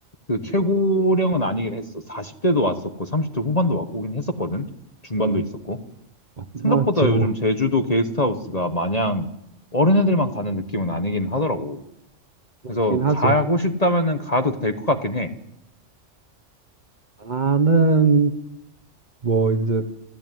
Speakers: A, on the left; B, on the right.
A: 그 최고령은
B: 음,
A: 아니긴 했어. 40대도 왔었고, 30대 후반도 와- 오긴 했었거든. 중반도
B: 음.
A: 있었고.
B: 아,
A: 생각보다
B: 지옥
A: 요즘 제주도 게스트하우스가 마냥 어린애들만 가는 느낌은 아니긴 하더라고.
B: 그렇긴
A: 그래서
B: 하지.
A: 가고 싶다면은 가도 될 것 같긴 해.
B: 나는 뭐 이제